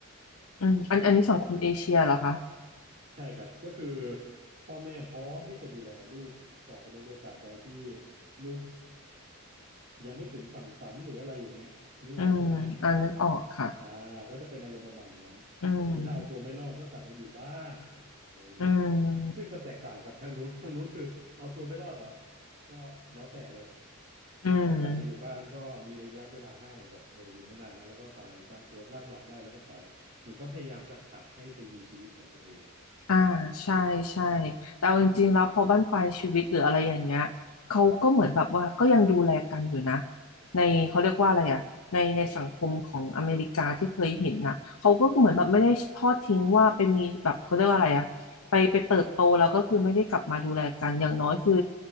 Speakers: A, on the left (about 75°); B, on the right (about 45°).
A: อืมอันอันนี้สังคมเอเชียเหรอคะ
B: ๆอ่า ใช่ครับก็คือพ่อแม่พร้อมที่จะดูแลลูกต่อไปเรื่อยๆตราบใดที่ลูกยังไม่ถึงฝั่งฝันหรืออะไรอย่างเงี้ยนึกออกใช่ไหมฮะ
A: อืมอ่านึกออกค่ะ
B: อ่าก็จะเป็นอารมณ์ประมาณอย่างนั้น
A: อืม
B: คือถ้าเอาตัวไม่รอดก็กลับมาอยู่บ้านอะไรอย่างเงี้ย
A: อืม
B: ซึ่งจะแตกต่างกับทางนู้น <laughs> ทางนู้นคือเอาตัวไม่รอดเหรอก็แล้วแต่เลย
A: อืม
B: ถ้ากลับมาอยู่บ้านก็มีระยะเวลาให้แบบเอออยู่ไม่นานนะแล้วก็ไปตั้งตัวตั้งหลักได้แล้วก็ไปเหมือนเขาพยายามจะผลักให้ไปมีชีวิตของตัวเอง
A: อ่าใช่ใช่แต่เอาจริงๆแล้วพอบ้านปลายชีวิตหรืออะไรอย่างเงี้ยเขาก็เหมือนแบบว่าก็ยังดูแลกันอยู่นะในเขาเรียกว่าอะไรอ่ะในในสังคมของอเมริกาที่เคยเห็นน่ะเขาก็เหมือนแบบไม่ได้ทอดทิ้งว่าไปมีแบบเขาเรียกว่าอะไรอ่ะไปไปเติบโตแล้วก็คือไม่ได้กลับมาดูแลกันอย่างน้อยคือ